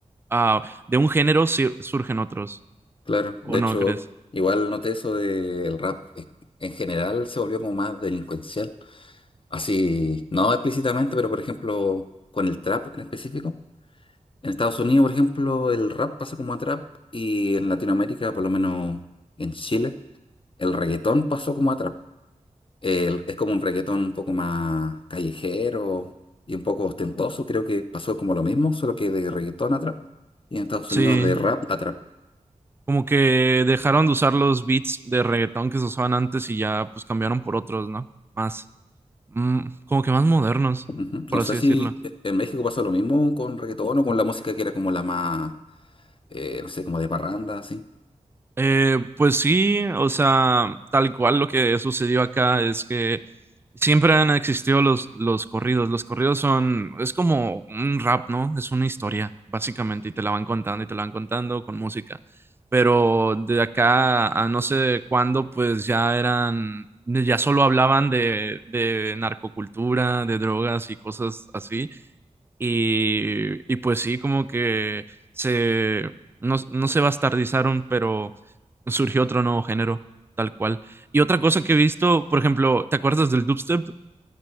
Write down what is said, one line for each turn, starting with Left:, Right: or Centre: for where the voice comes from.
Right: ah, de un género sir- surgen otros,
Left: claro. De
Right: ¿o no
Left: hecho,
Right: crees?
Left: igual noté eso del rap, eh, en general se volvió como más delincuencial, así, no explícitamente, pero por ejemplo, con el trap en específico. En Estados Unidos, por ejemplo, el rap pasó como a trap y en Latinoamérica, por lo menos en Chile, el reggaetón pasó como a trap. El- es como un reggaetón un poco más callejero y un poco ostentoso. Creo que pasó como lo mismo, solo que de reggaetón a trap. Y en Estados
Right: Sí.
Left: Unidos de rap a trap.
Right: Como que dejaron de usar los beats de reggaetón que se usaban antes y ya pues cambiaron por otros, ¿no? Más, mm, como que más modernos,
Left: Ujú.
Right: por
Left: No sé
Right: así
Left: si
Right: decirlo.
Left: e- en México pasó lo mismo con reggaetón o con la música que era como la más, eh, no sé, como de parranda, así.
Right: Eh, pues sí, o sea, tal cual lo que sucedió acá es que siempre han existido los, los corridos. Los corridos son, es como un rap, ¿no? Es una historia, básicamente, y te la van contando y te la van contando con música. Pero de acá a no sé cuándo, pues ya eran, ya solo hablaban de, de narcocultura, de drogas y cosas así. Y, y pues sí, como que se, no, no se bastardizaron, pero surgió otro nuevo género, tal cual. Y otra cosa que he visto, por ejemplo, ¿te acuerdas del dubstep?